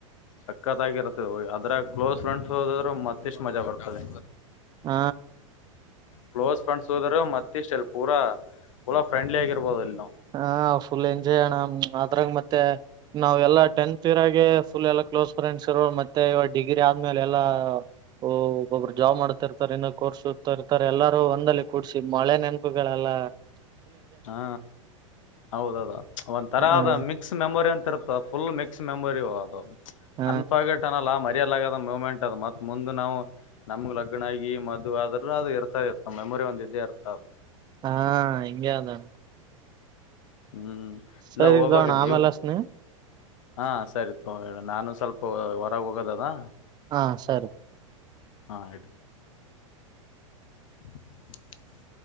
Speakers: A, on the left (about 70°); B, on the right (about 25°).
A: ಸಕ್ಕತಾಗಿರತ್ತದೆ ಆದ್ರಾಗ ಕ್ಲೋಸ್ ಫ್ರೆಂಡ್ಸ್ ಹೋದದ್ರರು ಮತ್ತಿಷ್ಟು ಮಜಾ ಬರ್ತದ.
B: ಹ್.
A: ಕ್ಲೋಸ್ ಫ್ರೆಂಡ್ಸ್ ಹೋದರ ಮತ್ತ ಇಷ್ಟಲ್ಲಿ ಪೂರಾ ಪುಲಾ ಫ್ರೆಂಡ್ಲಿ ಆಗಿರ್ಬೋದು ಅಲ್ಲಿ ನಾವು.
B: ಹ ಫುಲ್ ಎಂಜಾಯ್ ಅಣ್ಣ ಅದ್ರಾಗ ಮತ್ತೆ. ನಾವೆಲ್ಲಾ ಟೆಂತ್ ಇರಾಗೆ ಫುಲ್ ಎಲ್ಲಾ ಕ್ಲೋಸ್ ಫ್ರೆಂಡ್ಸ್ ಇರೋ ಮತ್ತೆ ಇವಾಗ ಡಿಗ್ರಿ ಆದ್ಮೇಲೆ ಎಲ್ಲ. ಓ ಒಬ್ಬಬ್ರು ಜಾಬ್ ಮಾಡ್ತಿರ್ತಾರೆ ಇನ್ನೊ ಕೋರ್ಸ್ ಇರ್ತಾರೆ ಎಲ್ಲಾರೂ ಒಂದಲ್ಲಿ ಕೂಡ್ಸಿಸಿ ಮಳೆ ನೆಂ ಹಕ್ಕುಗಳೆಲ್ಲ.
A: ಹಾ ಹೌದದು ಒಂದ್ ತರದ
B: ಹ
A: ಮಿಕ್ಸ್ ಮೆಮೊರಿ ಅಂತ ಇರುತ್ತ ಫುಲ್ ಮಿಕ್ಸ್ ಮೆಮೊರಿ
B: ಹ
A: ಅನ್ ಫೋರ್ಕೆಟ್ ಚನಲ್ಲ ಮರಿಯಲ್ಲಾಗದ ಮೂಮೆಂಟ್ ಅದು ಮತ್ ಮುಂದ ನಾವು. ನಮ್ಗ್ ಲಗ್ನ ಆಗಿ ಮದುವ ಆದ್ರರು ಅದು ಇರ್ತಾ ಇತ್ತ ನಮ್ಮ ಮೆಮೊರಿ ಒಂದ ಇದ್ದೇ ಇರ್ತಾ ಅದ.
B: ಹಾ ಹಿಂಗೆ ಅದ.
A: ಹ್ಮ್ ಇಲ್ಲ
B: ಸರಿ
A: ಹೀಗಬೇಕ್
B: ತಗೋಣ ಆಮೇಲೆ
A: ಜೀವ.
B: ಹಚ್ತೀನಿ
A: ಹಾ ಸರಿ ತೊಗ ಇಡ ನಾನು ಸ್ವಲ್ಪ ಹೊರಗ ಹೋಗೋದದಾ.
B: ಹ ಸರಿ.
A: ಹಾ ಇಡ. <inaudible>